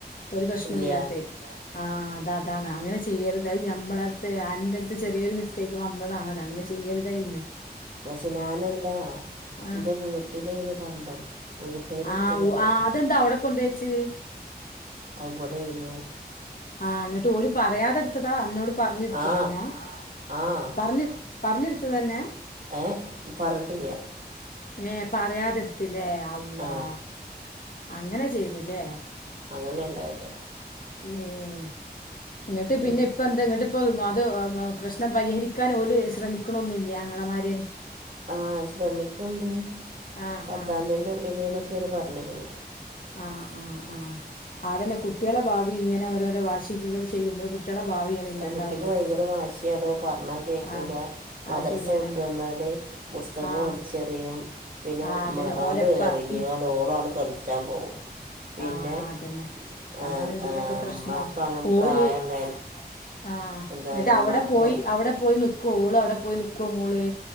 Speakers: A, on the left; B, on the right.
A: ഒരു പ്രശ്നൂല്യാത്തെയ്
B: ഇല്ല
A: ആഹ് അത അതാണ് അങ്ങനെ ചെയ്യരുത്. അത് ഞമ്മളട്ത്ത് അൻ്റട്ത്ത് ചെറിയൊരു മിസ്റ്റേക്ക് വന്നതാണ്. അത്ങ്ങനെ ചെ ചെയ്യരുതായിര്ന്ന്
B: പക്ഷെ ഞാനല്ല
A: ആ
B: ഇൻ്റെ വീട്ടിലെയ്ന്നു പണ്ടം വീട്ടുകാരെടുത്തതല്ലേ
A: ആഹ് ഉ ആഹ് അതെന്താ അവടെക്കൊണ്ടേച്ച്
B: അഹ് ബടെയ്ന്നു
A: ആഹ് ങ്ങട്ടോല് പറയാതെട്ത്തതാ അന്നോട് പർഞ്ഞിട്ത്തതന്നാ
B: ആ
A: ആഹ്
B: ആ
A: പർഞ്ഞ് പർഞ്ഞ്ട്ത്തതെന്നെ
B: ഏഹ് പറട്ടില്യ
A: ഏഹ് പറയാതെട്ത്ത്ലേ അള്ളാ
B: ആ
A: അങ്ങനെ ചെയ്ത് ലേ
B: അങ്ങനേ ണ്ടായത്
A: ഏഹ് ങ്ങട്ട്
B: ഉം.
A: പിന്നെ ഇപ്പ എന്താ ങ്ങട്ട് ഇപ്പം അത് പ്രശ്നം പരിഹരിക്കാൻ ഓല് ശ്രമിക്ക്ണൊന്നുല്ല്യേ ആങ്ങളമാര്
B: ആഹ് ശ്രമിക്ക്ണ്ട്
A: ആഹ്
B: പത്താന്തി
A: ആഹ്
B: ന്റുള്ളില് ന്നൊക്കെയാണ് പറഞ്ഞിക്ക്ണെ
A: ആഹ് ആഹ് ആഹ് അതന്നെ കുട്ട്യളെ ഭാവി ഇങ്ങനെ ഓരോരോ വാശിക്ക് ങ്ങന ചെയ്യുമ്പള് കു ട്ട്യളെ ഭാവിയാണ് ഇല്ലാണ്ടാവല്
B: ആഹ് കുട്ടിക്ക് ഭയങ്കര വാശ്യാടോ പറഞ്ഞാ കേക്കൂല
A: ആഹ്
B: മദ്റസ
A: അത് ശരിയാണ്
B: വ്ട്ട് വന്നാല് പുസ്തകോം
A: ആഹ്
B: വലിച്ചെറിയും പിന്നെ
A: ആഹ് അതന്നെ
B: മ
A: ഓരപ്പ
B: ആണ്ട് എറിഞ്ഞ്
A: ഇ
B: കാ ട്ടോളാട്ട് കളിച്ചാൻ പോകും പിന്നെ
A: ആഹ് അതന്നെ
B: ആ,
A: അതാണ് ഇതിൻ്റൊക്കെ
B: ആ,
A: പ്രശ്നം
B: ഉമ്മാക്കാണ്
A: ഓര്
B: പ്രായമല്ല
A: പ്രായല്ലെ ആഹ്
B: എന്താണ്
A: ന്ന്ട്ടവടെ
B: ഉമ്മാക്ക്
A: പോയി
B: പഠി
A: അവടെ പോയി നിക്കോ ഓളവടെ പോയി നിക്കോ മോള്?